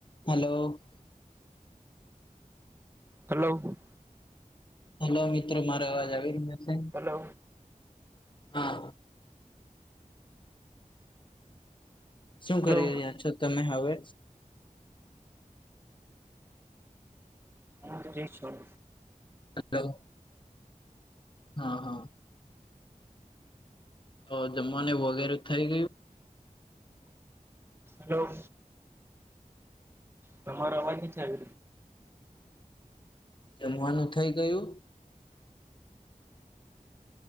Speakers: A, on the left; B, on the right.
A: હલો.
B: હલો.
A: હલો મિત્રો મારો અવાજ આવી રહ્યો સે
B: હલો
A: હા. શું
B: હલો
A: કરી રહ્યા છો તમે હવે?
B: હા ફ્રી છું.
A: હલો. હા હા. તો જમવાનું વગેરે થઈ ગયું?
B: હલો. તમારો અવાજ ની ચાલ
A: જમવાનું થઇ ગયું?